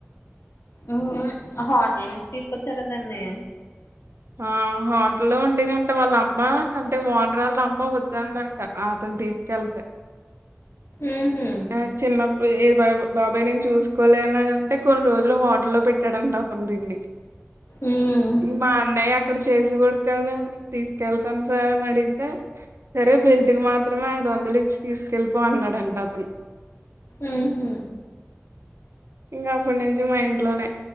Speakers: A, on the left; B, on the right.
A: ఉహూ హోటల్ నుంచి తీసుకొచ్చారు దాన్ని
B: ఆ హోటల్లో ఉండిందంట వాళ్ళ అమ్మ అంటే ఓనరోళ్ళ అమ్మ వద్దందంట ఆ తీసుకెళ్తాయి
A: ఉహు
B: ఆ చిన్నప్పుడు బా బాబాయ్ నేను చూసుకోలేన అంటే కొన్ని రోజులు హోటల్లో పెట్టాడంట అతను దీన్ని
A: ఉమ్
B: మా అన్నయ్య అక్కడ చేసి కూడా కదా తీసుకెళ్తాను సార్ అని అడిగితే సరే బెల్ట్కీ మాత్రమే అయిదు వందలు ఇ తీసుకెళ్ళిపో అన్నాడంట అతను
A: ఉహూ
B: ఇంకా అప్పుటి నుంచి మా ఇంట్లోనే